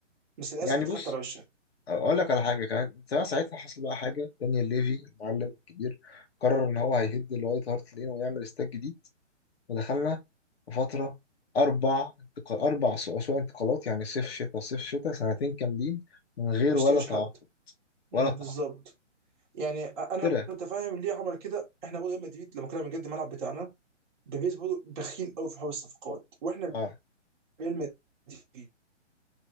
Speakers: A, on the right (about 40°); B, on the left (about 55°).
A: بس للاسف
B: يعني
A: اتخدت
B: بص
A: على وشك
B: اقول لك على حاجه كمان انت بقى ساعتها حصل بقى حاجه دانيال ليفي المعلم الكبير قرر ان هو هيهد الوايت هارت لين ويعمل استاد جديد ودخلنا في فتره اربع انتقال اربع سو- اسوق انتقالات يعني صيف شتاء صيف شتاء سنتين كاملين من غير
A: ما اشتريش
B: ولا تعاقد
A: حد مم،
B: ولا تعاقد
A: بالظبط يعني أ- انا
B: ترى
A: متفاهم ليه عمل كده احنا برضه ريال مدريد لما كنا بنجد الملعب بتاعنا بيريز برضه بخيل قوي في حوار الصفقات واحنا
B: اه
A: ريال مدريد